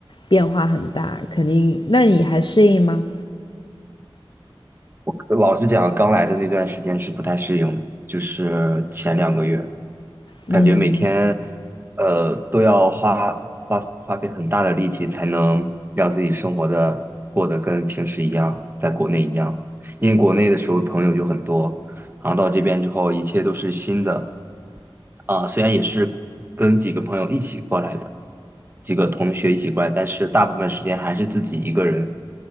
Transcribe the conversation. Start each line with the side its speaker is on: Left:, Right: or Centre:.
Left: 变化很大，肯定。那你还适应吗？
Right: 我老实讲，刚来的那段时间是不太适应的，就是前两个月，
Left: 嗯，
Right: 感觉每天，呃，都要花花花费很大的力气才能让自己生活的过得跟平时一样，在国内一样。因为国内的时候朋友就很多，然后到这边之后，一切都是新的。啊，虽然也是跟几个朋友一起过来的，几个同学一起过来，但是大部分时间还是自己一个人。